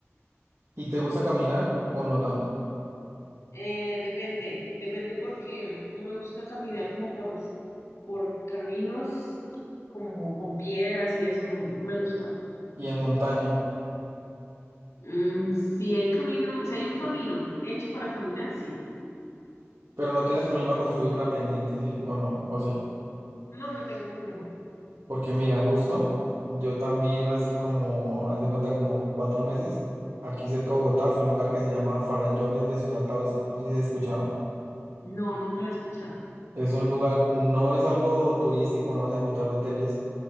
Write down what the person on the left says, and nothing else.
Eh, depende, depende porque no me gusta caminar como por, por caminos, como con piedras y eso, no, no me gusta.
Mm, si hay camino, si hay un camino hecho para caminar, sí.
No, no tengo problema.
No, nunca lo he escuchado.